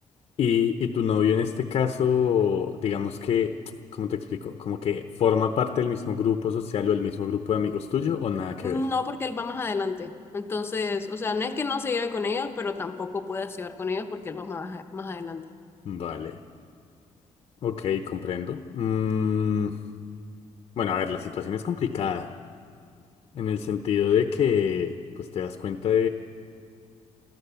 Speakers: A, on the left; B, on the left.
A: Y, y tu novio en este caso, digamos que, ¿cómo te explico? Como que forma parte del mismo grupo social o del mismo grupo de amigos tuyo o nada que
B: No,
A: ver.
B: porque él va más adelante. Entonces, o sea, no es que no se lleve con ellos, pero tampoco puedes llevar con ellos porque él va más, más adelante.
A: Vale, ok, comprendo. Mm, bueno, a ver, la situación es complicada en el sentido de que, pues te das cuenta